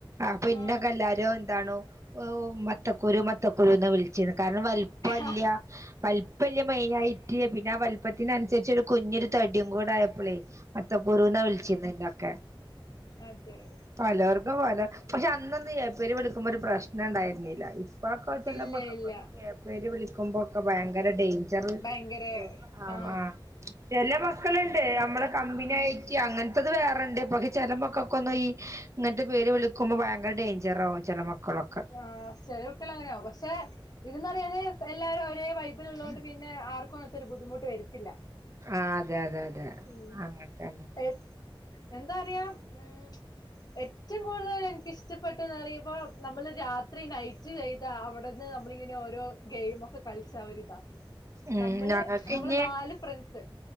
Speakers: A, on the right (about 35°); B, on the left (about 45°).
A: അപ്പൊ
B: ആ
A: ഇന്നൊക്കെ എല്ലാരും എന്താണ് മത്തക്കുരു മത്തക്കുരുന്ന് വിളിച്ചിരു കാരണം വല് പ്പല്യ
B: ആ
A: വലിപ്പല്യ മെയിനായിട്ട് പിന്നെ ആഹ് വലപ്പത്തിനനുസരിച്ച് ഒരു കുഞ്ഞൊരു തടിയും കൂടെ ആയപ്പോളേ മത്തകുരുന്നാ വിളിച്ചിരുന്നെ ഇന്നെയൊക്കെ
B: അതെ അതെ
A: പലോർക്കും പല, പക്ഷെ അന്നൊന്നും ഏ പേര് വിളിക്കുമ്പോ ഒരു പ്രശ്- നെണ്ടായിര്ന്നില്ല. ഇപ്പൊക്കെ ചെല
B: ഇല്ല
A: മക്കക്ക്
B: ഇല്ല
A: ഏ പേര് വിളിക്കുമ്പോക്കെ ഭയങ്കര ഡെയിം- ജറുൽ
B: ഭയങ്കര
A: ആഹ്
B: ആ
A: ആഹ്. എല്ലാം വെക്കലുണ്ട് അമ്മളെ കമ്പിനിയായിട്ട് അങ്ങനത്തത് വേറെണ്ട്. പക്കെ ചെലമക്കക്കൊന്നും ഈ ഇന്ന്ട്ട് പേര് വിളിക്കുമ്പോ ഭയങ്കര ഡേയ്ഞ്ചറാവും ചെല മക്കളൊക്കെ.
B: ആഹ് സെലകുട്ട്യാളങ്ങനാവും വസ്സേ ഇതൊന്നറിയാതെ എല്ലാരും ഒരേ വൈബ് ല്ള്ളോണ്ട് പിന്നെ ആർക്കും അങ്ങൻത്തൊര് ബുദ്ധിമുട്ട് വരത്തില്ല.
A: ആഹ് അതെ അതെ അതെ.
B: ഇമ്
A: അങ്ങനത്തന്നെ
B: എ എന്താറിയ മ് എറ്റോം കൂടുതല് എനിക്ക്ഷ് - ച്ച്പ്പെട്ട്ന്നറയുമ്പോ നമ്മള് രാത്രി നൈറ്റ് ചെയ്ത അവടന്ന് നമ്മളിങ്ങനെ ഓരോ ഗെയിമൊക്കെ കളിച്ചാവൊരിതാ
A: ഉം
B: നമ്മള്
A: ഞങ്ങക്ക്
B: നമ്മള്
A: ഇനി
B: നാല് ഫ്രണ്ട്സ്,